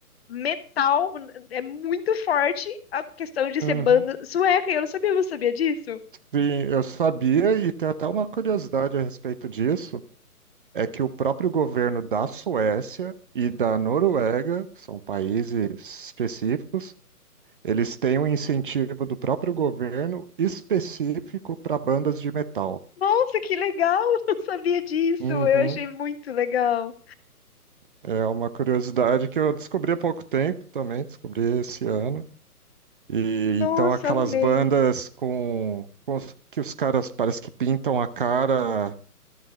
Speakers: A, on the left; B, on the right.
A: metal é muito forte a questão de ser
B: uhum.
A: banda sueca, e eu não sabia, você sabia disso?
B: Sim, eu sabia, e tem até uma curiosidade a respeito disso, é que o próprio governo da Suécia e da Noruega, que são países específicos, eles têm um incentivo do próprio governo específico para bandas de metal.
A: Nossa, que legal! <laughs> não sabia disso.
B: Uhum.
A: Eu achei muito legal.
B: É uma curiosidade que eu descobri há pouco tempo também, descobri esse ano. E,
A: Nossa,
B: então aquelas
A: amei.
B: bandas com, com os- que os caras parece que pintam a cara